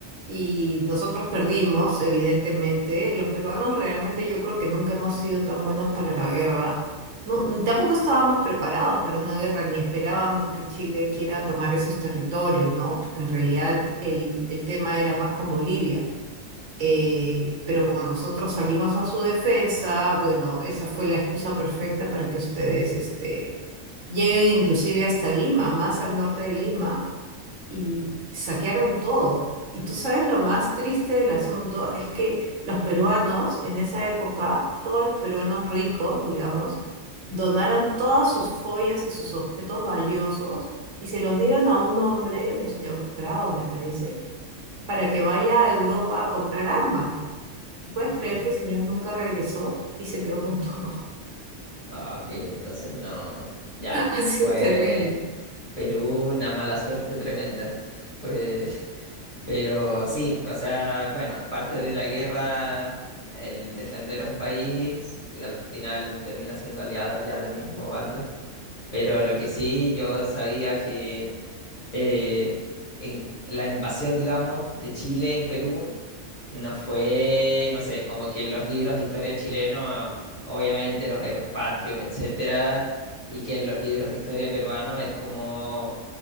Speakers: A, on the right (about 70°); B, on the left (about 35°).
A: y nosotros perdimos, evidentemente. Los peruanos realmente yo creo que nunca hemos sido tan buenos para la guerra. No, n- tampoco estábamos preparados para una guerra, ni esperábamos que Chile quiera tomar esos territorios, ¿no? Porque en realidad el, el tema era más con Bolivia. Eh, pero como nosotros salimos a su defensa, bueno, esa fue la excusa perfecta para que ustedes, este Llegué inclusive hasta Lima, más al norte de Lima, y saquearon todo. Y tú sabes lo más triste del asunto es que los peruanos, en esa época, todos los peruanos ricos, digamos, donaron todas sus joyas y sus objetos valiosos y se los dieron a un hombre, un señor Prado, me parece, para que vaya a Europa a comprar armas. ¿Puedes
B: Ok.
A: creer que el señor nunca regresó y se quedó con todo?
B: Ah, ok, entonces no. Ya,
A: <laughs> Ha sido
B: fue
A: terrible.
B: Perú una mala suerte tremenda. <laughs> Pues, pero sí, o sea, bueno, es parte de la guerra el defender a un país y al final termina siendo aliado ya del mismo bando. Pero lo que sí, yo sabía que eh, en la invasión, digamos, de Chile en Perú no fue, no sé, como que en los libros de historia chileno, obviamente los héroes patrios, etcétera, y que en los libros de historia peruano es como,